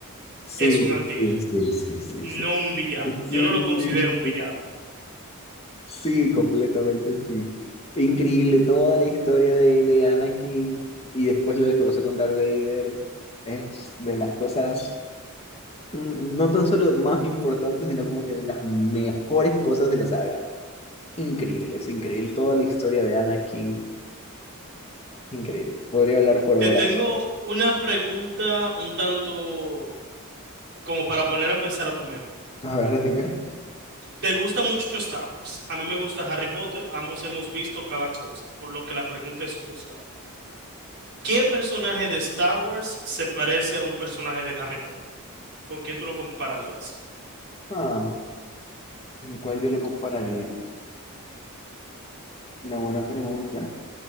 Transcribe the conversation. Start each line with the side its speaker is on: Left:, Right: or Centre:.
Left: Sí,
Right: es un antihéroe,
Left: sí, sí, sí, sí,
Right: no
Left: sí,
Right: un villano.
Left: sí,
Right: Yo no lo considero
Left: sí,
Right: un villano.
Left: sí, completamente sí. Increíble toda la historia de, de Anakin y después lo que pasó con Darth Vader, es de las cosas... mm, no tan solo más importantes, sino como que de las mejores cosas de la saga. Increíble, es increíble. Toda la historia de Anakin, increíble. Podría hablar por
Right: Te
Left: horas.
Right: tengo una pregunta un tanto como para poner a pensar a tu mente.
Left: A ver, dime.
Right: ¿Te gusta mucho Star Wars? A mí me gusta Harry Potter. Ambos hemos visto cada cosa, por lo que la pregunta es justa. ¿Qué personaje de Star Wars se parece a un personaje de Harry Potter? ¿Con quién tú lo compararías?
Left: Ah, ¿con ¿cuál yo lo compararía? Una buena pregunta.